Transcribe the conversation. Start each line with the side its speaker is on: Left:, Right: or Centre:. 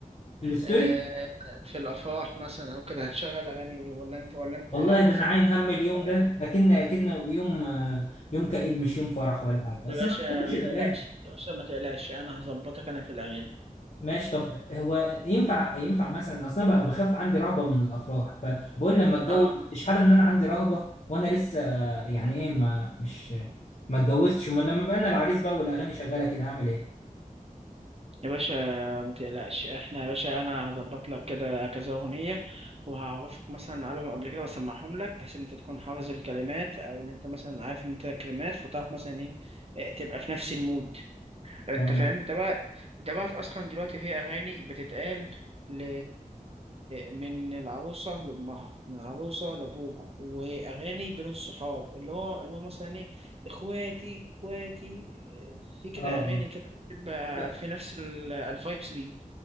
Left: الستوري
Right: آه، في الافراح مثلا او كده هتشغل اغاني ولا انت ولا انت
Left: والله
Right: هتسيب
Left: ده انا عاين هم اليوم
Right: الاغاني
Left: ده اكن اكن يوم آه، يوم كئيب مش يوم فرح ولا حاجه
Right: يا
Left: اصلا
Right: باشا
Left: ما بحبش
Right: ما
Left: الاغاني
Right: تقلقش يا باشا ما تقلقش انا هظبطك انا في الاغاني
Left: ماشي طب هو ينفع ينفع مثلا اصلا بقى بخاف عندي رهبه من الافراح فبقول لما اتجوز
Right: اه
Left: اشحال ان انا عندي رهبه وانا لسه آه، يعني ايه ما مش ما اتجوزتش امال لما بقى انا العريس بقى والاغاني شغاله كده هعمل ايه
Right: يا باشا ما تقلقش احنا يا باشا انا هظبط لك كده كذا اغنيه وهعرفك مثلا عليهم قبل كده واسمعهم لك بحيث ان انت تكون حافظ الكلمات او ان انت مثلا عارف ان انت الكلمات فتعرف مثلا ايه إيه، تبقى في نفس المود انت
Left: تمام
Right: فاهم ده بقى ده بقى اصلا دلوقتي في اغاني بتتقال ل... من العروسه لامها من العروسه لابوها واغاني بين الصحاب اللي هو اللي هو مثلا ايه اخواتي اخواتي آه، في كده
Left: اه آه.
Right: اغاني كده بتبقى
Left: لا،
Right: في نفس ال- الفايبس دي